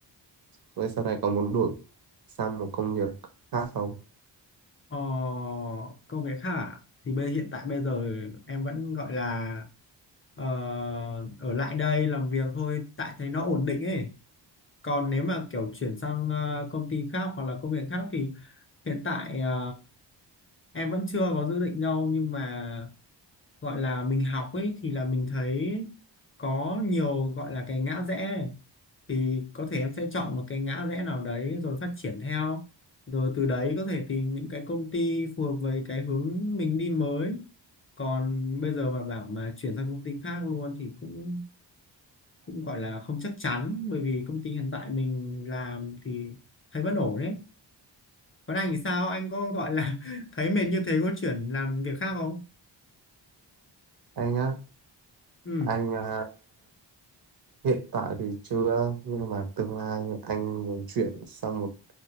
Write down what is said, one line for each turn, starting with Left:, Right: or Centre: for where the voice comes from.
Right: với sau này có muốn đổi sang một công việc khác không?
Left: Ờ, công việc hả? Thì bây hiện tại bây giờ em vẫn gọi là ờ, ở lại đây làm việc thôi, tại thấy nó ổn định ấy. Còn nếu mà kiểu chuyển sang ờ, công ty khác hoặc là công việc khác thì hiện tại ờ, em vẫn chưa có dự định đâu nhưng mà gọi là mình học ấy thì là mình thấy có nhiều gọi là cái ngã rẽ ấy. thì có thể em sẽ chọn một cái ngã rẽ nào đấy rồi phát triển theo rồi từ đấy có thể tìm những cái công ty phù hợp với cái hướng mình đi mới còn bây giờ mà bảo mà chuyển sang công ty khác luôn thì cũng cũng gọi là không chắc chắn bởi vì công ty hiện tại mình làm thì thấy vẫn ổn đấy còn anh thì sao anh có gọi là <laughs> thấy mệt như thế có chuyển làm việc khác không
Right: Anh á,
Left: ừ
Right: anh ờ, hiện tại thì chưa, nhưng mà tương lai anh muốn chuyển sang một